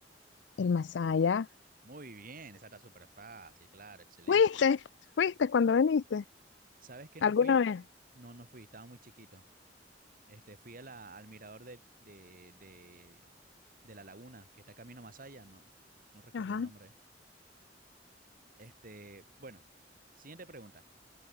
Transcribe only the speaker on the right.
Muy bien, esa está súper fácil, claro, excelente.
¿Sabes que
no fui?
No, no fui, estaba muy chiquito. Este, fui a la, al mirador de, de, de, de la laguna, que está camino más allá, no, no recuerdo
el nombre. Este, bueno, siguiente pregunta.